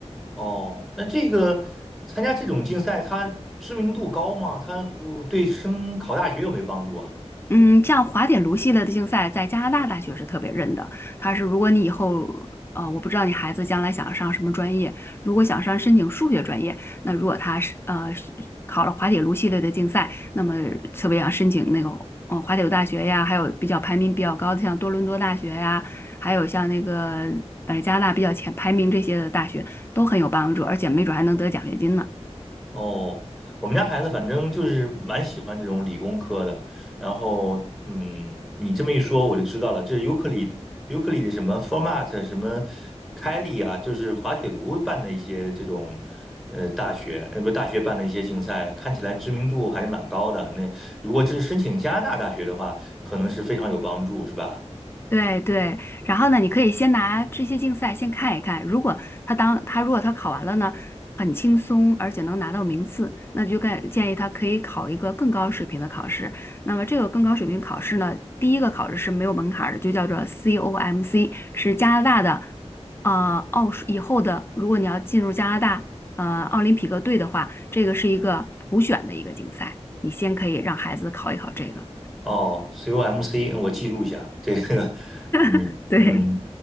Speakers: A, in the centre; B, on the left.
A: 哦，那这个参加这种竞赛，他知名度高吗？他呃对升考大学有没有帮助啊？
B: 嗯，像滑铁卢系列的竞赛，在加拿大大学是特别认的。它是如果你以后，呃，我不知道你孩子将来想上什么专业，如果想上申请数学专业，那如果他是呃是考了滑铁卢系列的竞赛，那么特别想申请那个嗯滑铁卢大学呀，还有比较排名比较高的像多伦多大学呀，还有像那个反正加拿大比较前排名这些的大学都很有帮助，而且没准还能得奖学金呢。
A: 哦，我们家孩子反正就是蛮喜欢这种理工科的。然后，嗯，你这么一说，我就知道了，这尤克里尤克里的什么 Format 什么开利啊，就是滑铁卢办的一些这种呃大学，呃不大学办的一些竞赛，看起来知名度还是蛮高的。那如果这是申请加拿大大学的话，可能是非常有帮助，是吧？
B: 对对，然后呢，你可以先拿这些竞赛先看一看，如果他当他如果他考完了呢，很轻松，而且能拿到名次，那就建建议他可以考一个更高水平的考试。那么这个更高水平考试呢，第一个考试是没有门槛儿的，就叫做 COMC，是加拿大的，呃，奥数以后的，如果你要进入加拿大呃奥林匹克队的话，这个是一个普选的一个竞赛，你先可以让孩子考一考这个，
A: 哦，COMC，我记录一下这个，<laughs> 嗯嗯
B: <laughs> 对。